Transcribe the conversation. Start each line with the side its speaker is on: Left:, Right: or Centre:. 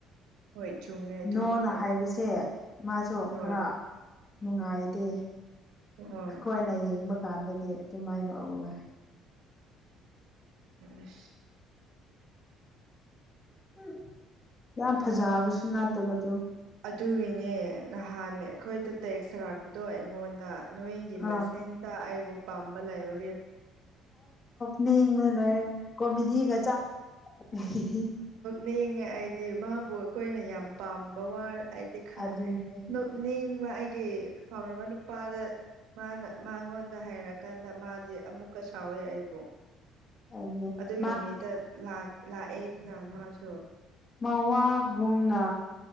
Right: ꯍꯣꯏ ꯆꯨꯝꯃꯦ ꯑꯗꯨꯕꯨꯗꯤ
Left: ꯅꯣꯅ ꯍꯥꯏꯕꯁꯦ ꯃꯥꯁꯨ
Right: ꯍꯣꯏ
Left: ꯈꯔ ꯅꯨꯡꯉꯥꯏꯗꯦ ꯑꯩꯈꯣꯏꯅ
Right: ꯍꯣꯏ
Left: ꯌꯦꯡꯕ ꯀꯥꯟꯗꯗꯤ ꯑꯗꯨꯃꯥꯏꯅ ꯎꯋꯦ
Right: ꯎꯁ
Left: ꯎꯝ ꯌꯥꯝ ꯐꯖꯕꯁꯨ ꯠꯇꯕꯗꯣ
Right: ꯑꯗꯨꯒꯤꯅꯦ ꯅꯍꯥꯟꯅꯦ ꯑꯩꯈꯣꯏꯗ ꯇꯦꯛ ꯁꯥꯔꯛꯄꯗꯣ ꯑꯩꯉꯣꯟꯗ ꯅꯣꯏꯒꯤ
Left: ꯑꯥ
Right: ꯃꯁꯦꯟꯇ ꯑꯩꯕꯨ ꯄꯥꯝꯕ ꯂꯩꯕ
Left: ꯅꯤꯡ ꯀꯣꯃꯦꯗꯤꯒ ꯆ ꯇꯗꯤ
Right: ꯅꯦꯡꯉ ꯑꯩꯗꯤ ꯃꯥꯕꯨ ꯑꯩꯈꯣꯏꯅ ꯌꯥꯝ ꯄꯥꯝꯕ ꯋꯥ ꯑꯩꯗꯤ ꯈꯪꯉꯦ
Left: ꯑꯗꯨꯅꯦ
Right: ꯅꯤꯡꯕ ꯑꯩꯒꯤ ꯐꯥꯎꯅꯕ ꯅꯨꯄꯥꯗ ꯃꯥꯅ ꯃꯉꯣꯟꯗ ꯍꯥꯏꯔꯛꯑꯀꯥꯟꯗ ꯃꯥꯗꯤ ꯑꯃꯨꯛꯀ ꯁꯥꯎꯋꯦ ꯑꯩꯕꯨ
Left: ꯑꯗꯨꯅꯦ
Right: ꯑꯗꯨꯒꯤ
Left: ꯃꯥ
Right: ꯅꯨꯃꯤꯠꯇ ꯂꯥꯛꯑꯦꯅ ꯃꯥꯁꯨ
Left: ꯃꯧꯋꯥ ꯨꯅ